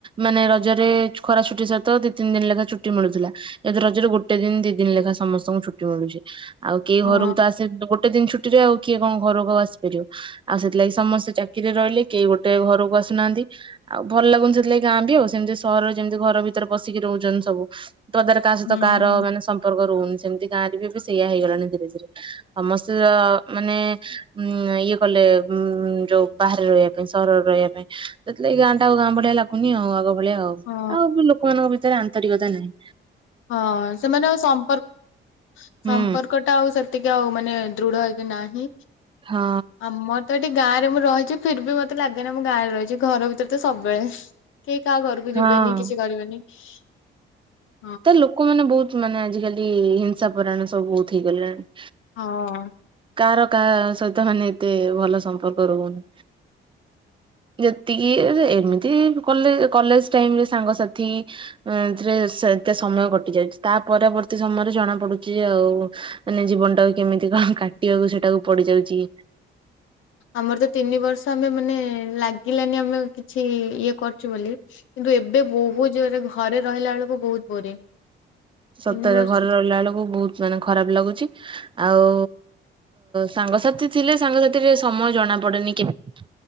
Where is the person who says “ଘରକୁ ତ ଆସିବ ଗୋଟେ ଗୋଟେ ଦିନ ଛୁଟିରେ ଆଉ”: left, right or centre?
Right